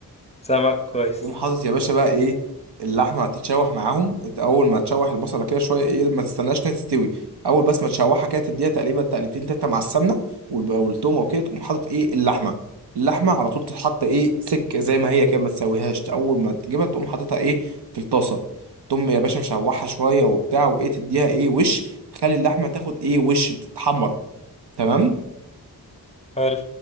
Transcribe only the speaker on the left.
سامعك كويس
حلو